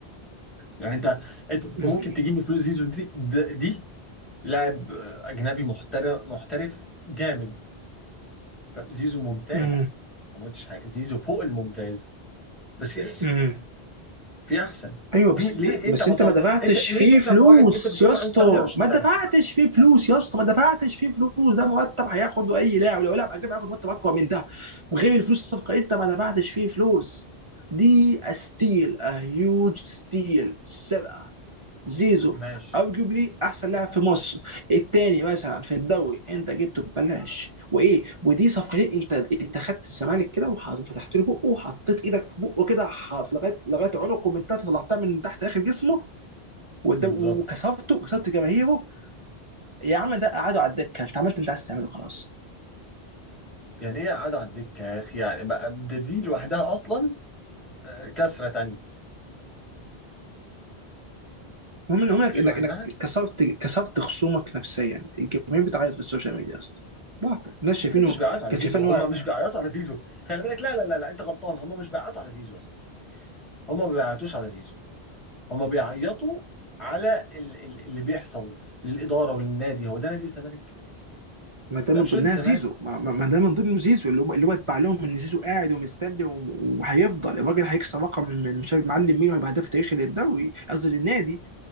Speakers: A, in the centre; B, on the right.
A: يعني انت انت ممكن
B: مم.
A: تجيب بفلوس زيزو دي, دي, دي لاعب اجنبي محترف محترف جامد فزيزو ممتاز
B: مم.
A: أنا ما قلتش حاجه زيزو فوق الممتاز بس في احسن
B: مم.
A: في احسن
B: ايوه
A: في
B: بس
A: ليه
B: انت بس
A: انت ما
B: انت
A: تطلع
B: ما دفعتش
A: انت ليه
B: فيه
A: تدفع
B: فلوس
A: في واحد انت بتقول
B: يا
A: لي
B: اسطى
A: عنده 28
B: ما
A: سنه
B: دفعتش فيه فلوس يا اسطى ما دفعتش فيه فلوس ده مرتب هياخده اي لاعب لو لاعب اجنبي هياخد مرتب اكبر من ده وغير الفلوس الصفقه انت ما دفعتش فيه فلوس دي ستيل ا هيوج ستيل سرقه زيزو
A: ماشي
B: ارجوبلي احسن لاعب في مصر الثاني مثلا في الدوري انت جبته ببلاش وايه ودي صفقتين انت انت خدت الزمالك كده وح- وفتحت له بقه وحطيت ايدك في بقه كده ح- في لغايه لغايه عنقه من تحت طلعتها من تحت اخر جسمه والد-
A: بالظبط
B: وكسرته وكسرت جماهيره يا عم ده قعدوا على الدكه انت عملت انت عايز تعمله خلاص
A: يعني ايه قاعد على الدكه يا اخي يعني بقى ده دي لوحدها اصلا آه، كسره تانية
B: المهم إن- انك
A: دي
B: انك
A: لوحدها
B: انك كسرت كسرت خصومك نفسيا الجماهير بتعيط في السوشيال ميديا يا اسطى بعت الناس
A: محدش
B: شايفينه
A: بيعيط على
B: كان
A: زيزو
B: شايفين
A: هم
B: هو
A: مش بيعيطوا على زيزو خلي بالك لا لا لا لا انت غلطان هم مش بيعيطوا على زيزو اصلا هم ما بيعيطوش على زيزو هم بيعيطوا على ال- ال- اللي بيحصل للاداره وللنادي هو ده نادي الزمالك
B: ما ده
A: ده
B: من
A: مش
B: ضمنها
A: نادي الزمالك
B: زيزو ما, ما ما ده من ضمنه زيزو اللي هو اللي هو اتبع لهم ان زيزو قاعد ومستني وم- وهيفضل الراجل هيكسر رقم من مش عارف معلم مين وهيبقى هداف تاريخي للدوري قصدي للنادي